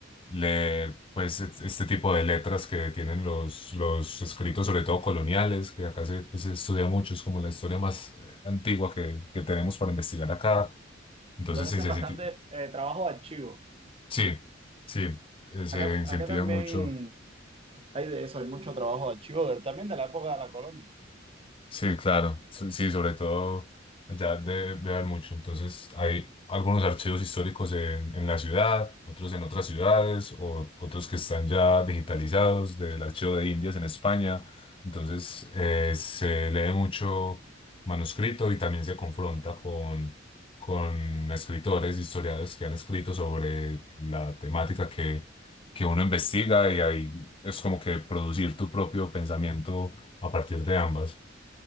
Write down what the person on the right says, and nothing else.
Entonces
hacen
bastante
eh, trabajo de archivo.
Acá,
acá también
hay de eso, hay mucho trabajo de archivo, de- también de la época de la colonia.